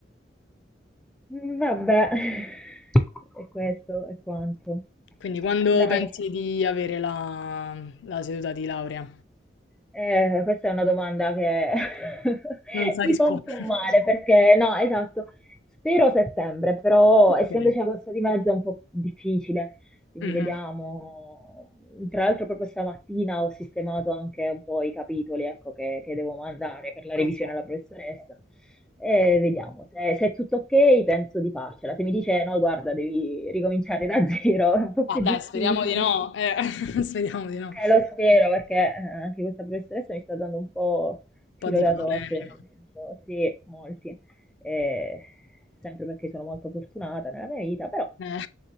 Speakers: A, in the centre; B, on the left.
A: Mm, Vabbè, <laughs> e questo è quanto.
B: Quindi quando
A: Dai,
B: pensi di avere la, la seduta di laurea?
A: Eh, questa è una domanda che <laughs>
B: Non sa
A: mi
B: rispondere.
A: fa un po'
B: <laughs>
A: male perché no, esatto, spero settembre, però
B: Ok.
A: essendoci agosto di mezzo è un po' difficile, quindi
B: Mhm.
A: vediamo. Tra l'altro proprio stamattina ho sistemato anche un po' i capitoli, ecco, che, che devo mandare per la revisione
B: Ok.
A: alla professoressa. E vediamo, se, se è tutto ok penso di farcela. Se mi dice no, guarda, devi ricominciare da zero, <laughs> è un po'
B: Ma
A: più
B: dai,
A: difficile.
B: speriamo di no, eh, <laughs> speriamo di no. Un
A: Eh, lo spero perché eh, anche questa professoressa mi sta dando un po' filo
B: po' di
A: da
B: problemi.
A: torcere, nel senso, sì, molti, eh, sempre perché sono molto fortunata nella mia vita, però
B: Eh.